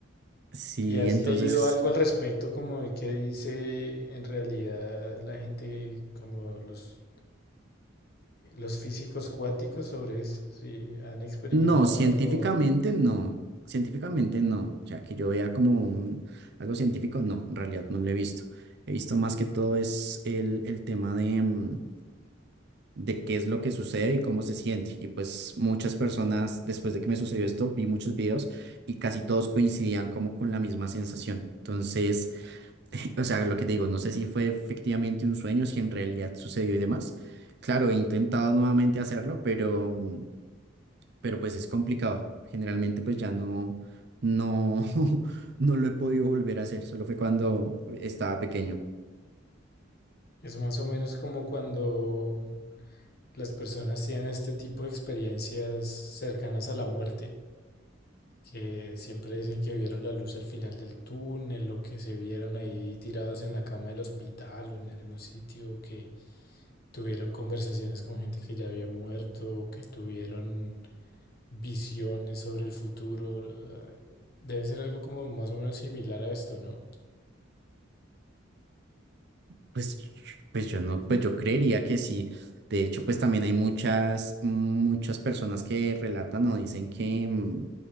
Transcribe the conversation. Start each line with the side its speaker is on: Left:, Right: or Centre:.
Right: Sí,
Left: ¿Y has
Right: entonces...
Left: leído algo al respecto como de qué dice en realidad la gente, como los, los físicos cuánticos sobre esto? Si han experimentado
Right: No, científicamente
Left: algo,
Right: no. Científicamente no. O sea, que yo vea como un- algo científico, no, en realidad no lo he visto. He visto más que todo es el, el tema de, mm, de qué es lo que sucede y cómo se siente. Y pues muchas personas, después de que me sucedió esto, vi muchos videos y casi todos coincidían como con la misma sensación. Entonces, <laughs> o sea, lo que te digo, no sé si fue efectivamente un sueño, si en realidad sucedió y demás. Claro, he intentado nuevamente hacerlo, pero... mm, pero pues es complicado. Generalmente pues ya no, no, <laughs> no lo he podido volver a hacer, solo fue cuando estaba pequeño.
Left: es más o menos como cuando las personas tienen este tipo de experiencias cercanas a la muerte. que siempre dicen que vieron la luz al final del túnel o que se vieron ahí tiradas en la cama del hospital o en algún sitio, que tuvieron conversaciones con gente que ya había muerto, o que tuvieron visiones sobre el futuro. Debe ser algo como más o menos similar a esto, ¿no?
Right: Pues, pues yo no, pues yo creería que sí. De hecho, pues también hay muchas, muchas personas que relatan o dicen que, mm,